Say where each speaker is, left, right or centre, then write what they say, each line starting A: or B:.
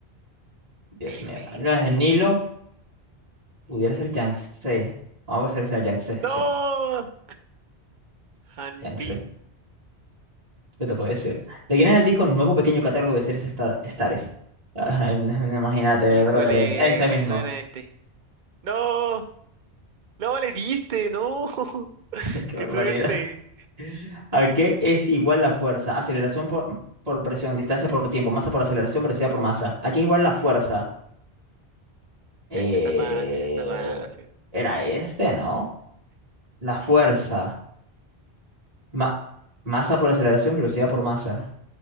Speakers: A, on the right (about 35°); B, on the right (about 50°).
A: Dios
B: <laughs>
A: mío, no es el Nilo, pudiera ser Yangtze. Vamos a ver si sea Yangtze,
B: ¡No!
A: sí,
B: Hanpin.
A: Yangtze. ¿Qué te puedo decir? ¿De quién es el disco Nuevo Pequeño Catálogo de Seres esta- Estares? Ay, no- <laughs> Imagínate,
B: Híjole,
A: brother, em, este
B: me
A: mismo.
B: suena este. ¡No! ¡No le diste! ¡No! <laughs>
A: <laughs> Qué
B: ¡Qué
A: barbaridad.
B: suerte!
A: ¿A qué es igual la fuerza? Aceleración por, por presión, distancia por tiempo, masa por aceleración, velocidad por masa. ¿A qué es igual la fuerza? Eh,
B: Este está fácil, está fácil.
A: era este, ¿no? La fuerza. Ma- masa por aceleración, velocidad por masa.